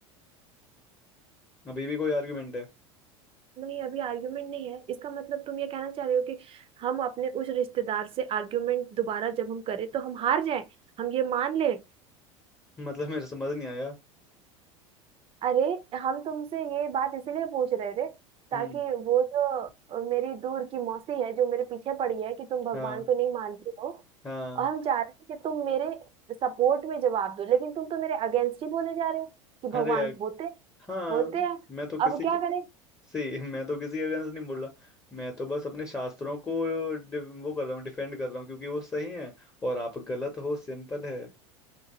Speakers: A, on the left; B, on the right.
A: अभी भी कोई आर्गुमेंट है
B: नहीं अभी आर्ग्यूमेंट नहीं है इसका मतलब तुम ये कहना चाह रहे हो कि हम अपने उस रिश्तेदार से आर्ग्यूमेंट दोबारा जब हम करें तो हम हार जाएं हम ये मान लें
A: मतलब मेरे समझ नहीं आया
B: अरे हम तुमसे ये बात इसलिए पूछ रहे थे ताकि
A: हम्म
B: वो जो अ, मेरी दूर की मौसी है जो मेरे पीछे पड़ी है कि तुम भगवान
A: हाँ
B: को नहीं मानती हो
A: हाँ
B: और हम चाह रहे थे कि तुम मेरे सपोर्ट में जवाब दो लेकिन तुम तो मेरे अगेंस्ट ही बोले जा रहे हो कि भगवान
A: अरे यार
B: होते
A: हाँ
B: होते हैं
A: मैं तो किसी
B: अब क्या
A: के
B: करें
A: से मैं तो किसी के अगेंस्ट नहीं बोल रहा मैं तो बस अपने शास्त्रों को डि- वो कर रहा हूँ डिफेंड कर रहा हूँ क्योंकि वो सही है और आप गलत हो सिंपल है